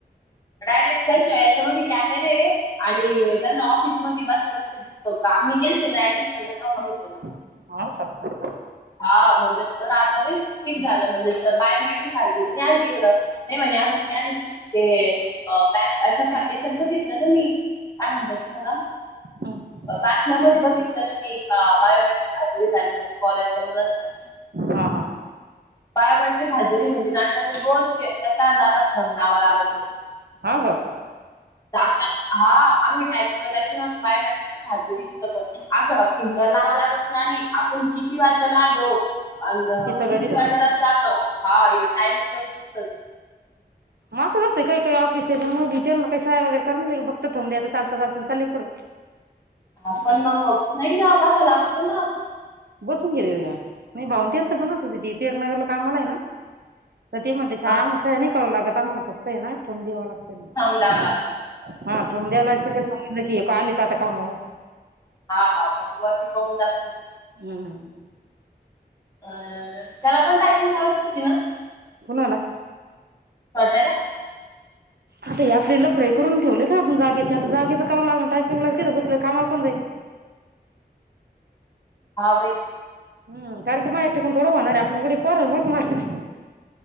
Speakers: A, on the left; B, on the right.
A: डायरेक्ट त्याच्या याच्यामध्ये कॅमेरे ये आणि त्यांना ऑफिस मध्ये बसल्या बसल्या दिस हो का आम्ही गेलते ना ऍडमिशनला तवा बघितलं मी
B: हो का.
A: हा म्हणलं सर आता लय स्ट्रीक्ट झालं म्हणलं सर बायोमॅट्रिक हजेरी नय आली का इकडं नाय म्हणे अजुक नाय आली म्हणे ते अ बॅ यांच्यातना याच्यात बघितलं ना मी काय म्हणताय तुम्हाला
B: <unintelligible>
A: बातम्यामध्ये बघितलं ना मी का बायोमेट्रिक हजेरी झाली म्हणून कॉलेजच्या मुलांसाठी
B: हा हा
A: बायोमेट्रिक हजेरी म्हणजे <unintelligible> रोज येेता जाता थंब लावा लागतो.
B: हा का
A: जात हा आम्ही टायपिंगला जायचो ना त बायोमॅट्रिकच हजेरी ये तिथं पण असं फिंगर लावा लागतो नाणी आपण किती वाजाला आलो अनं
B: ती सगळं
A: किती
B: दिस
A: वाजाला चाललो हा ये टायमिंग लगे दिसतच
B: म असच असतय काय काय ऑफिस त्याच्या मधी त्यांना काय सह्या वगैरे करानाय लागत फक्त थम्ब द्यायचा चालता चालता अनं चाललंय पुढ
A: हा पण मंग नाही ना बसा लागतो ना
B: बसून घेतेत का माये भाऊ त्यांच पण असंचं ये की टिळकनगला कामाला ये ना तर ते म्हणतात छाया
A: हा
B: आम्हाला
A: हा
B: सहया नाय करावं लागत आम्हाला फक्त ये ना थंब द्यावां लागंतं.
A: थांब द्यावा लागतो
B: हा थंब द्यावालागत का समजलं की हे का आलेत आता कामवर असं
A: हा हा मंग वरती कळून जात ना
B: हम्म
A: अ त्याला पण टायपिंग लावायची होती ना
B: कुणाला?
A: छोट्याला
B: आता हे असले लफडे करून ठेवले का आपण जागेच्या आता जागेच कराव लागन टायपिंगग तिद गुतलं कामाला कोण जाईनं.
A: हा बई
B: हम्म कारण की मायां एकटीकून थोडं होणार ये आपण उडी पोरानं मुळच मारली.